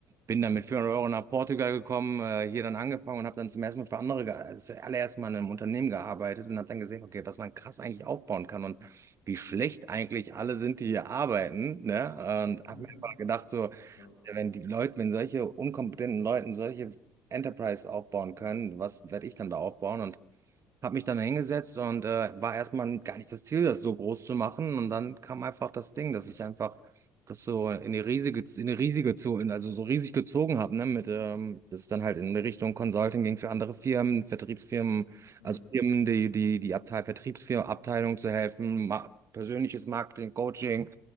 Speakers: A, on the right; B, on the left.
A: bin dann mit 400 Euro nach Portugal gekommen, äh, hier dann angefangen und habe dann zum ersten Mal für andere, ge- also das allererste Mal in einem Unternehmen gearbeitet und habe dann gesehen, okay, was man krass eigentlich aufbauen kann und wie schlecht eigentlich alle sind, die hier arbeiten, ne? Und habe
B: <laughs>
A: mir einfach gedacht, so,
B: Ja.
A: ja, wenn die Leute, wenn solche unkompetenten Leuten solche Enterprise aufbauen können, was werde ich dann da aufbauen? Und hab mich dann hingesetzt und äh, war erstmal gar nicht das Ziel, das so groß zu machen. Und dann kam einfach das Ding, dass ich einfach das so in die riesige, in die riesige zu, in, also so riesig gezogen habe, ne, mit, ähm, dass es dann halt in Richtung Consulting ging für andere Firmen, Vertriebsfirmen,
B: Hm,
A: also Firmen, die, die, die Abteil, Vertriebsfirmen, Abteilung zu helfen, ma persönliches Marketing, Coaching,